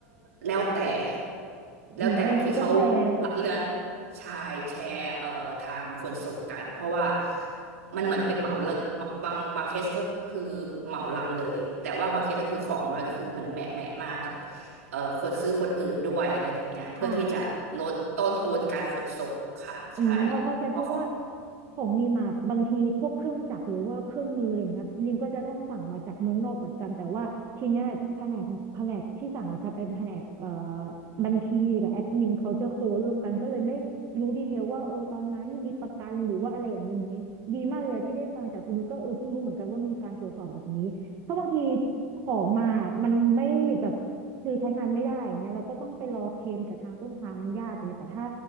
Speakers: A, on the right; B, on the right.
A: แล้วแต่
B: อืมบางทีก็แชร์
A: แล้วแต่บางทีเขาละเลือดชายแชร์เอ่อทางขนส่งกันเพราะว่ามันเหมือนเป็นเหมาเลิกบางบางเคสก็คือเหมาลำเลยแต่ว่าบางเคสถ้าคือของน้อยก็คือเหมือนแหมะแหมะมากับเอ่อคนซื้อคนอื่นด้วยอะไรแบบเนี้ยเพื่อที่จะลดต้นทุนการขนส่งค่ะใช่
B: อ่า อืมพอเข้าใจเพราะว่า
A: เพราะของ
B: ของนิมอะบางทีพวกเครื่องจักรหรือว่าเครื่องมืออะไรเงี้ยนิมก็จะต้องสั่งมาจากเมืองนอกเหมือนกันแต่ว่าทีเนี้ยแผนกแผนกที่สั่งอาจจะเป็นแผนกเอ่อบัญชีกับแอดมินเขาจะโคร่วมกันก็เลยไม่รู้ดีเทลว่าเออตอนมานี่มีประกันหรือว่าอะไรอย่างนี้ไหมดีมากเลยที่ได้ฟังจากคุณนุชก็เออเพิ่งรู้เหมือนกันว่ามีการตรวจสอบแบบนี้เพราะบางทีของมามันไม่แบบคือใช้งานไม่ได้เงี้ยเราก็ต้องไปรอเคลมจากทางต้นทางมันยากเลยแต่ถ้า